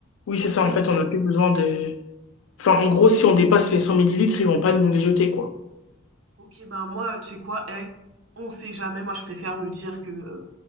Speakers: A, on the left; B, on the right.
A: Oui,
B: Ok.
A: c'est ça. En fait, on n'a plus besoin de Enfin, en gros, si on dépasse les 100 millilitres, ils vont pas nous les jeter, quoi.
B: Ok, ben moi, tu sais quoi, eh, on sait jamais, moi je préfère me dire que euh,